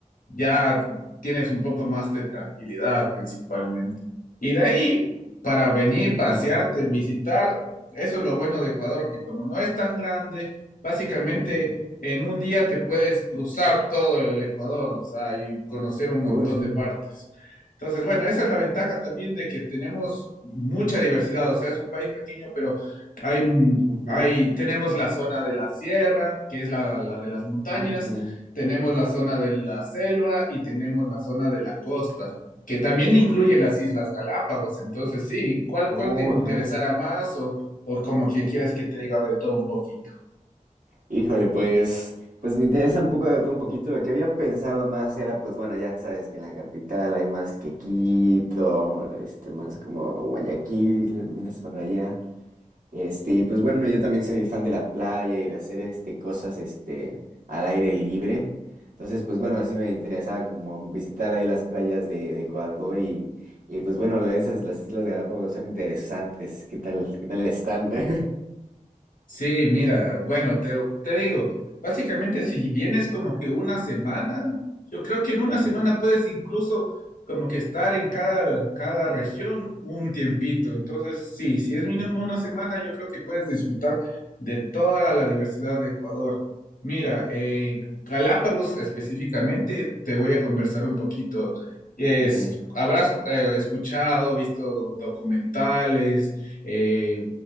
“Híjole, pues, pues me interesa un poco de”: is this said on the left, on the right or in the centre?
Right